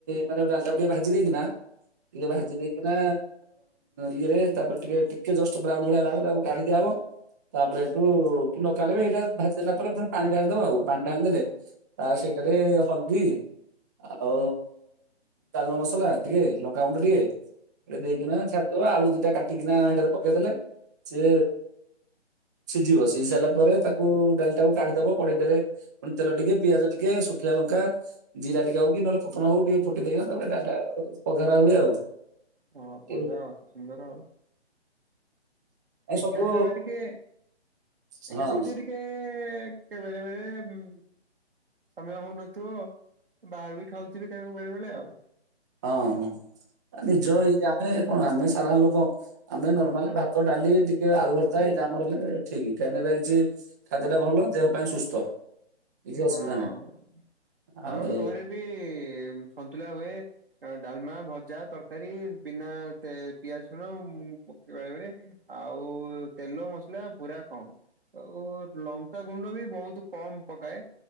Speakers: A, on the right; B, on the right.
A: ମାନେ ଡାଲଟାକୁ ଟିକେ ଭାଜି ଦେଇକି ନା ଟିକେ ଭାଜି ଦେଇକିନା ଇଏରେ ତାପରେ ଟିକେ ଟିକେ ଜଷ୍ଟ ବ୍ରାଉନ ହେଲାବେଳେ ତାକୁ କାଢିଦିଆ ହବ। ତାପରେ ଏଠୁ ନ କଲେ ବି ଏଇଟା ଭାଦେଲା ପରେ ପୁଣି ପାଣି ଢାଳିଦବା ଆଉ ପାଣି ଢାଳି ଦେଲେ ତା ସେଠାରେ ହଳଦୀ ଆଉ ଡାଲମା ମସଲା ଟିକେ ଲଙ୍କାଗୁଣ୍ଡ ଟିକେ ଦେଇକିନା ଛାଡିଦବା ଆଳୁ ଦିଟା କାଟିକିନା ଏଇଟାରେ ପକେଇଦେଲେ ସେ ସିଝିବ ସିଝି ସାଇଲା ପରେ ତାକୁ ଡାଲିଟାକୁ କାଢ଼ୀ ଦବ କଡେଇଟାରେ ପୁଣି ତେଲ ଟିକେ ପିଆଜ ଟିକେ ଶୁଖିଲା ଲଙ୍କା ଜିରା ଟିକେ ହଉ କି ନହେଲେ ଫୁଟଣ ହଉ ଟିକେ ଫୁଟି ଦେଇ ତାପରେ ଡାଲିଟା ପଘରା ହୁଏ ଆଉ।
B: ହଁ
A: ଏଇଭଳିଆ
B: ବଢିଆ ସୁନ୍ଦର ଆଉ।
A: ଏ
B: ଏକା
A: ସବୁ
B: ଖାଇବା ଟିକେ
A: ହଁ
B: ଏକା
A: ହଁ
B: କହୁଛ ଟି କେ କେ ବେଳେ ବେଳେ ଉଁ ସମୟ ହଉନଥିବ ବାହାରୁ ବି ଖାଉଥିବେ କଣକୁ ବେଳେ ବେଳେ ଆଉ।
A: ହଁ ନିଜ ଇ ଆମେ କଣ ଆମେ ସାଧାରଣ ଲୋକ। ଆମେ ନର୍ମାଲ ଭାତ ଡାଲି ଟିକେ ଆଳୁ ଭର୍ତା ଏଇଟା ଆମର ହେଲେ ଠିକ <unintelligible> ଖାଦ୍ୟଟା ଭଲ ଦେହ ପାଇଁ ସୁସ୍ଥ। କିଛି ଅସୁବିଧା
B: ହଁ
A: ନାହିଁ ଆଉ
B: ଆମ ବି ଘରେ ବି ସନ୍ତୁଲା ହୁଏ। ଡାଲମା, ଭଜା, ତରକାରୀ ବିନା ତେ ପିଆଜ ରସୁଣ ବେଳେବେଳେ ଆଉ ତେଲ ମସଲା ପୁରା କମ। ଓ ଲଙ୍କା ଗୁଣ୍ଡ ବି ବହୁତ କମ ପକାଏ